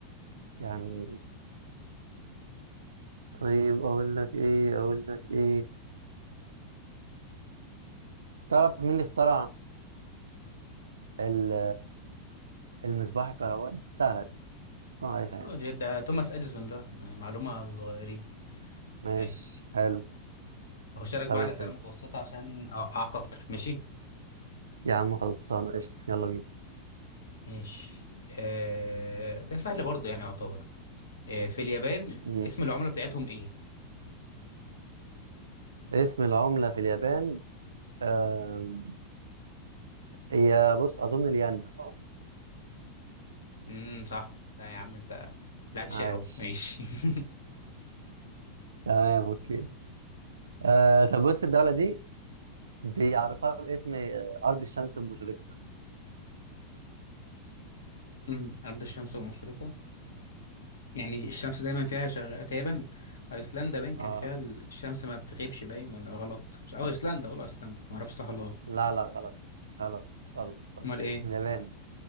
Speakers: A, on the right; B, on the left.
A: يعني طيب اقول لك ايه اقول لك ايه تعرف مين اللي اخترع ال- المصباح الكهربائي سهله دي تكون
B: <laughs>
A: عارفها يعني
B: اه ده ده توماس اديسون ده يعني معلومه صغيرين
A: ماشي
B: ماشي
A: حلو
B: هخش لك
A: تمام
B: بقى على اسئله متوسطه عشان اوقعك اكتر ماشي
A: يا عم خلصانه قشطه يلا
B: ماشي آه ده سهل برضه يعني يعتبر آه، في اليابان
A: بينا
B: اسم العملة بتاعتهم ايه؟
A: اسم العملة في اليابان آم، هي بص أظن الين صح؟
B: امم صح لا يا عم انت طلعت شقي
A: عاش
B: اهو ماشي <laughs>
A: تمام أوكي آه طب بص الدولة دي بيعرفها باسم آه، أرض الشمس المشرقة
B: أمم، أرض الشمس ومشرقها يعني الشمس دايما فيها شغ... تقريبا أيسلندا باين كان
A: آه
B: فيها الشمس ما بتغيبش باين ولا غلط مش أه أيسلندا ولا أيسلندا ما أعرفش صح ولا غلط
A: لا لا غلط غلط غلط
B: أمال إيه
A: اليابان